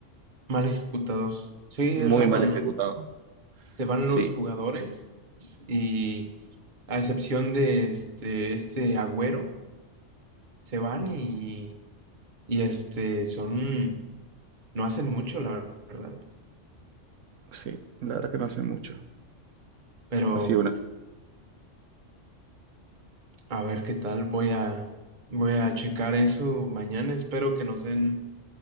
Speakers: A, on the right; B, on the right.
A: mal ejecutados. Sí,
B: Muy
A: es raro,
B: mal
A: ¿no?
B: ejecutado.
A: Se van
B: Sí,
A: los jugadores y a excepción de este, este Agüero, se van y, y este son, no hacen mucho, la verdad.
B: sí, la verdad que no hace mucho.
A: Pero
B: Así una.
A: a ver qué tal, voy a, voy a checar eso mañana. Espero que nos den,